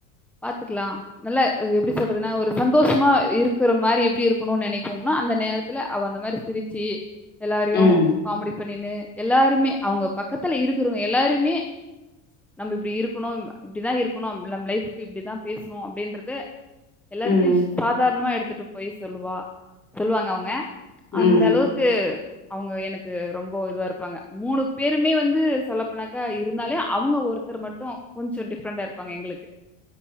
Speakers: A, in the centre; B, on the left.
A: பாத்துக்லா நல்ல எப்டி சொல்றதுனா ஒரு சந்தோஷமா இருக்குற மாரி எப்டி இருக்கணுனு நெனை போம்னா அவ அந்த நேரத்துல அவ அந்த மாதிரி சிரிச்சி எல்லாரையு
B: ம்
A: காமெடி பண்ணின்னு எல்லாருமே அவுங்க பக்கத்துல இருக்குறவங்க எல்லாருமே நம்ம இப்டி இருக்குணு இப்டிதா இருக்குணு நம்ம லைஃபு இப்டிதா பேசணு அப்டின்றத எல்லாத்தையு
B: ம்
A: சாதாரணமா எடுத்துட்டு போய் சொல்லுவா சொல்லுவாங்க அவுங்க
B: ம்
A: அந்த அளவுக் கு அவுங்க எனக்கு ரொம்ப இதுவா இருப்பாங்க மூணு பேர் மே வந்து சொல்லப்போனாக்கா இருந்தாலே அவுங்க ஒருத்தர் மட்டு கொஞ்சோ டிஃப்ரெண்டா இருப்பாங்க எங்ளுக்கு